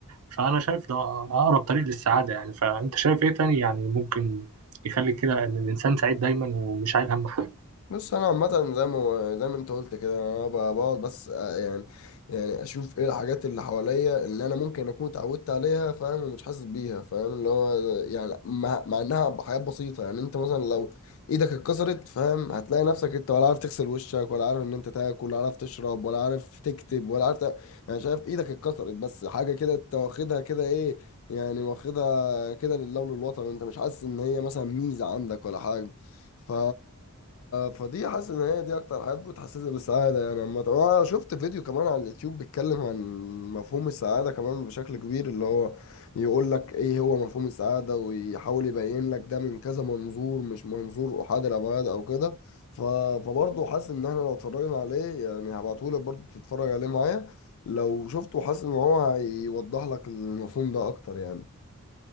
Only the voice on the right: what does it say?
فأنا شايف ده أقرب طريق للسعادة يعني فأنت شايف ايه تاني يعني ممكن يخلي كده إن الإنسان سعيد دايما ومش عايل هم حاجة